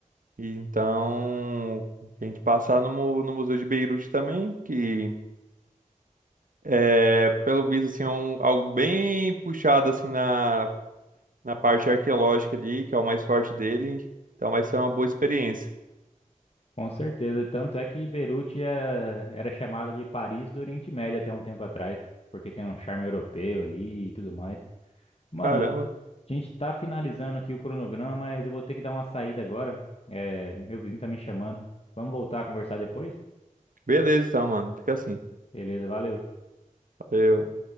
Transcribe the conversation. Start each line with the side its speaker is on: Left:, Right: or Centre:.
Right: E então, a gente passar no, mu- no Museu de Beirute também, que é, pelo visto, assim, é um, algo bem puxado assim na, na parte arqueológica ali, que é o mais forte dele. Então vai ser uma boa experiência.
Left: Com certeza. Tanto é que Beirute é- era chamada de Paris do Oriente Médio até um tempo atrás, porque tem um charme europeu ali e tudo mais. Mano,
Right: Caramba.
Left: a gente tá finalizando aqui o cronograma, mas eu vou ter que dar uma saída agora. É, meu vizinho tá me chamando. Vamos voltar a conversar depois?
Right: Beleza então, mano. Fica assim.
Left: Beleza, valeu.
Right: Valeu.